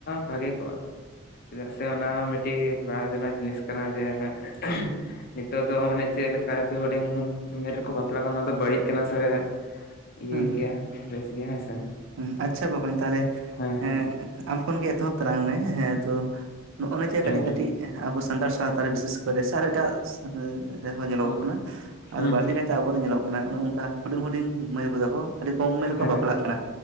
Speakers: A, on the left; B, on the right.
A: ᱵᱷᱟᱜᱮ ᱠᱚᱜᱼᱟ᱾ ᱪᱮᱫᱟᱜ ᱥᱮ ᱚᱱᱟ ᱦᱚᱸ ᱢᱤᱫᱴᱤᱡ ᱵᱟᱲᱟᱭ ᱛᱮᱱᱟᱜ ᱡᱤᱱᱤᱥ ᱠᱟᱱᱟ ᱡᱮ ᱦᱟᱸᱜ <inaudible> ᱱᱤᱛᱚᱜ ᱫᱚ ᱢᱟᱱᱮ ᱪᱮᱫ ᱞᱮᱠᱟ ᱦᱩᱰᱤᱧ ᱩᱢᱮᱨ ᱨᱮᱠᱚ ᱵᱟᱯᱞᱟ ᱠᱟᱱ ᱚᱱᱟ ᱫᱚ ᱵᱟᱹᱲᱤᱡ ᱠᱟᱱᱟ ᱥᱮ? ᱤᱭᱟ
B: ᱦᱩᱸ
A: ᱜᱮᱭᱟ᱾ ᱵᱮᱥ ᱜᱮᱭᱟ ᱦᱮᱸ ᱥᱮ
B: ᱦᱩᱸ ᱟᱪᱪᱷᱟ ᱵᱚᱠᱚᱧ ᱛᱟᱦᱞᱮ
A: ᱦᱮᱸ
B: ᱮᱸᱜ ᱟᱢ ᱠᱷᱚᱱ ᱜᱮ ᱮᱛᱚᱦᱚᱵ ᱛᱟᱞᱟᱝ ᱢᱮ ᱦᱮᱸ ᱛᱚ ᱱᱚᱜ-ᱱᱟ ᱡᱮ
A: ᱦᱮᱸ
B: ᱠᱟᱹᱴᱤᱡ
A: ᱦᱮᱸ
B: ᱠᱟᱹᱴᱤᱡ ᱟᱵᱚ ᱥᱟᱱᱛᱟᱲ ᱥᱟᱶ ᱛᱟ ᱨᱮ ᱵᱤᱥᱮᱥ ᱠᱚᱨᱮ ᱥᱟ ᱟᱨᱚ ᱮᱴᱟᱜ <inaudible> ᱨᱮᱦᱚᱸ ᱧᱮᱞᱚᱜᱚᱜ
A: ᱦᱩᱸ
B: ᱠᱟᱱᱟ,
A: ᱦᱩᱸ
B: ᱟᱫᱚ ᱵᱟᱲᱛᱤ ᱠᱟᱭᱛᱮ ᱟᱵᱚᱨᱮ ᱧᱮᱞᱚᱜᱚᱜ ᱠᱟᱱᱟ, ᱚᱱᱮ ᱚᱝᱠᱟ ᱦᱩᱰᱤᱧ-ᱦᱩᱰᱤᱧ ᱢᱟᱹᱭ ᱵᱩ ᱛᱟᱠᱚ ᱟᱹᱰᱤ ᱠᱚᱢ ᱩᱢᱮᱨ ᱨᱮᱠᱚ
A: ᱦᱮᱸ
B: ᱵᱟᱯᱞᱟᱜ
A: ᱦᱮᱸ
B: ᱠᱟᱱᱟ᱾